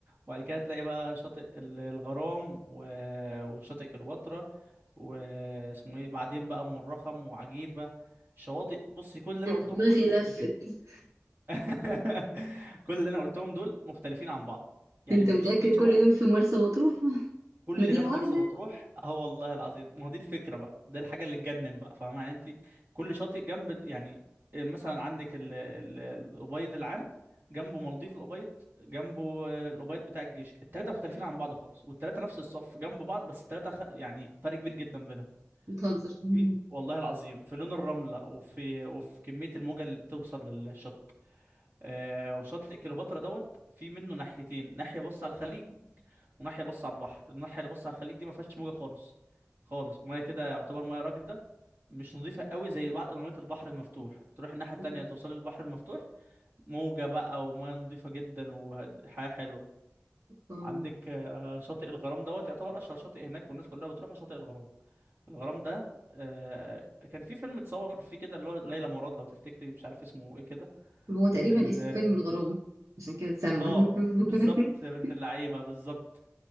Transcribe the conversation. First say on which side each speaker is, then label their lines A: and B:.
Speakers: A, on the right; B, on the right.
A: وبعد كده تلاقي بقى شاطئ ال- الغرام و- وشاطئ كليوباترا واسمه ايه بعدين بقى ام الرخم وعجيبه شواطئ بصي كل اللي انا
B: انا
A: قلتهم
B: دماغي
A: دول
B: لفت
A: مختلفين <laughs> كل اللي انا قلتهم دول مختلفين عن بعض يعني
B: انت
A: مفيش
B: متاكد
A: اتنين شبه
B: كل
A: بعض.
B: دول في مرسى مطروح <laughs>
A: كل
B: مدينه
A: ده في
B: واحده
A: مرسى مطروح اه والله العظيم ما هو دي الفكره بقى ده الحاجه اللي تجنن بقى فاهمه يعني انت كل شاطئ جنب يعني مثلا عندك ال- ال- الابيض العام جنبه مالديف الابيض جنبه الابيض بتاع الجيش التلاته مختلفين عن بعض خالص والتلاته نفس الصف جنب بعض بس التلاته خ... يعني فرق كبير جدا بينهم
B: بتهزر مم.
A: في والله العظيم في لون الرمله وفي وفي كميه الموجه اللي بتوصل للشط آه وشاطئ كليوباترا دوت في منه ناحيتين ناحية بص على الخليج وناحية بص على البحر الناحية اللي بص على الخليج دي ما فيهاش موجة خالص خالص مية كده يعتبر مية راكدة مش نظيفة قوي زي بقى مية البحر المفتوح تروح الناحية
B: مم.
A: التانية توصلي للبحر المفتوح موجة بقى ومية نظيفة جدا وحياة حلوة
B: آه.
A: عندك آه، شاطئ الغرام دوت يعتبر أشهر شاطئ هناك والناس كلها بتروح شاطئ الغرام الغرام ده آه، كان في فيلم اتصور فيه كده اللي هو ليلى مراد لو تفتكري مش عارف اسمه ايه كده
B: هو تقريبا
A: ال-
B: اسمه فيلم الغرام عشان كده اتسمى
A: اه بالظبط
B: <laughs>
A: يا بنت اللعيبه بالظبط